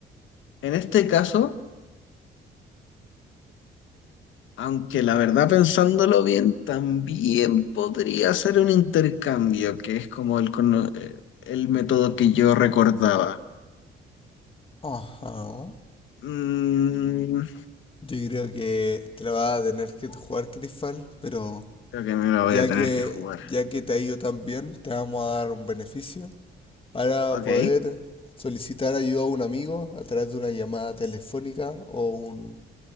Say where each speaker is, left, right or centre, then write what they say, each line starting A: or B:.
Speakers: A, on the left (about 75°); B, on the left (about 25°).
A: en este caso Aunque la verdad, pensándolo bien, también podría ser un intercambio, que es como el, cono- eh, el método que yo recordaba.
B: Ajá.
A: Mm,
B: Yo creo que te la vas a tener que jugar Crystal, pero
A: creo que me lo
B: ya
A: voy a tener
B: que,
A: que jugar.
B: ya que te ha ido tan bien, te vamos a dar un beneficio. Para
A: Ok,
B: poder solicitar ayuda a un amigo a través de una llamada telefónica o un